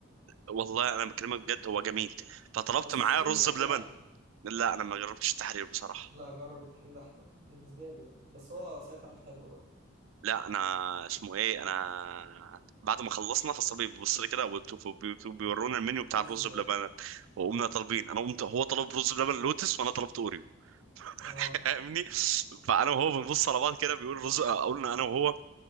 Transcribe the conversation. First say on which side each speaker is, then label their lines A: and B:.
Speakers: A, on the right; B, on the right.
A: والله انا بكلمك بجد هو جميل فطلبت
B: بس
A: معاه
B: ستيل
A: رز
B: التحرير
A: بلبن
B: احلى
A: لا انا ما جربتش التحرير بصراحه
B: لا جرب التحرير احلى بالنسبه لي يعني بس هو سايت حنفي حلو برضه
A: لا انا اسمه ايه انا بعد ما خلصنا فالصبي بيبص لي كده وبيت- وبيت- وبيورونا المنيو بتاع
B: رز
A: الرز
B: بلبن
A: بلبن وقمنا طالبين انا قمت هو طلب رز بلبن لوتس وانا طلبت اوريو
B: اه
A: <laughs> فاهمني فانا وهو بنبص على بعض كده بيقول رز قلنا انا وهو